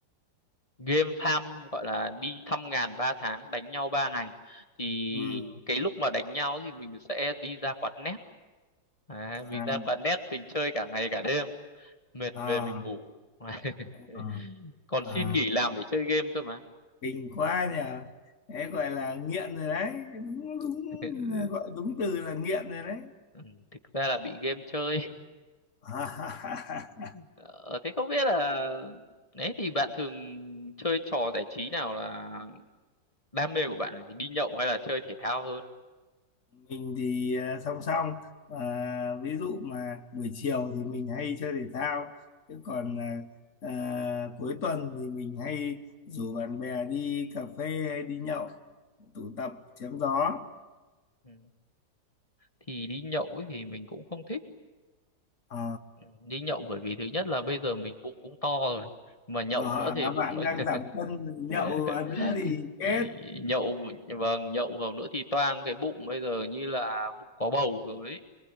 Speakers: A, on the left; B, on the left.
A: game farm gọi là đi thăm ngàn ba tháng đánh nhau ba ngày thì
B: Ừ.
A: cái lúc mà đánh nhau thì mình sẽ đi ra quán net à,
B: À,
A: mình ra quán net mình chơi cả ngày cả đêm mệt
B: à,
A: về mình ngủ <laughs>
B: à,
A: còn
B: à.
A: xin nghỉ làm để chơi game cơ mà
B: kinh quá nhờ đấy gọi là nghiện rồi đấy đúng đúng
A: <laughs>
B: gọi đúng từ là nghiện rồi đấy
A: Ừ, thực ra là bị game chơi
B: <laughs>
A: Ờ, thế không biết là đấy thì bạn thường chơi trò giải trí nào là đam mê của bạn là đi nhậu hay là chơi thể thao hơn?
B: mình thì à, song song à, ví dụ mà buổi chiều thì mình hay chơi thể thao chứ còn à, à, cuối tuần thì mình hay rủ bạn bè đi cà phê hay đi nhậu tụ tập chém gió
A: Ừ. Thì đi nhậu ấy thì mình cũng không thích.
B: Ờ,
A: Ừ. Đi nhậu bởi vì thứ nhất là bây giờ mình bụng cũng to rồi. Mà nhậu
B: ờ,
A: nữa thì
B: à,
A: bụng
B: bạn
A: nó
B: đang giảm cân
A: <laughs>
B: nhậu nữa thì chết
A: Ý- nhậu vâng nhậu vào nữa thì toang cái bụng bây giờ như là bụng có bầu rồi ấy.